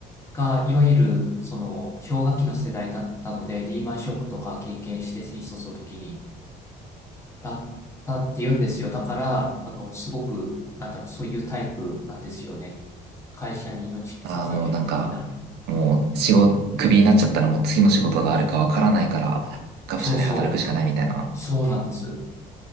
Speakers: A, on the left; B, on the right.
A: が、いわゆる、その、氷河期の世代だったので、リーマンショックとか経験して、新卒の時に、だったって言うんですよ。だから、あの、すごく、なんだろう、そういうタイプなんですよね。会社に命捧げる的な。
B: ああ、もうなんか、もう仕事、クビになっちゃったらもう次の仕事があるかわからないから、がむしゃらに働くしかないみたいな、
A: そうそう。そうなんです。